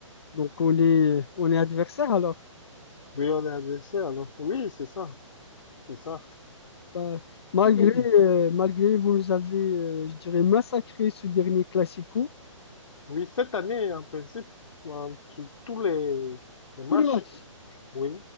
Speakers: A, on the left; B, on the left.
A: Donc on est euh, on est adversaire alors.
B: Oui, on est adversaire, alors. Oui, c'est ça. C'est ça.
A: Bah, malgré
B: <clears throat>
A: euh, malgré vous nous avez euh, je dirais massacré ce dernier Classico
B: Oui, cette année, en principe, en- sur tous les les matchs,
A: tous les matchs.
B: Oui,